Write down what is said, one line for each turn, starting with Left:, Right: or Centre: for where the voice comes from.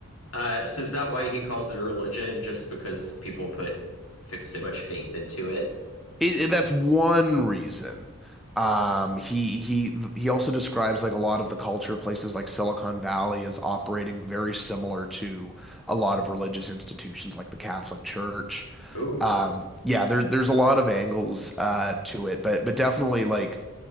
Left: Uh, so is that why he calls it a religion? Just because people put f so much faith into it?
Centre: It, it- that's one reason. Um, he he he also describes like a lot of the culture of places like Silicon Valley is operating very similar to a lot of religious institutions like the Catholic Church.
Left: Ooh,
Centre: Um, yeah, there's there's a lot of angles uh, to it, but but definitely like